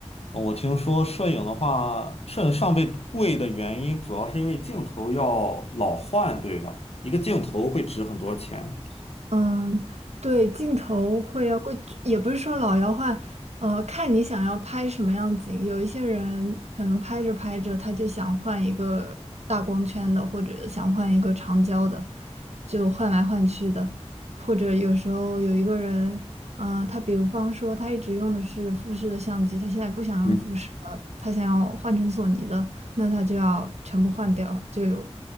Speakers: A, on the left; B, on the right.
A: 哦我听说摄影的话，摄影上备贵的原因主要是因为镜头要老换，对吧？一个镜头会值很多钱。
B: 嗯，对，镜头会要会，也不是说老要换，呃，看你想要拍什么样的景。有一些人可能拍着拍着，他就想换一个大光圈的，或者想换一个长焦的，就换来换去的。或者有时候有一个人，嗯、他比如方说他一直用的是富士的相机，他现在不想用富士了，
A: 嗯。
B: 他想要换成索尼的，那他就要全部换掉，就有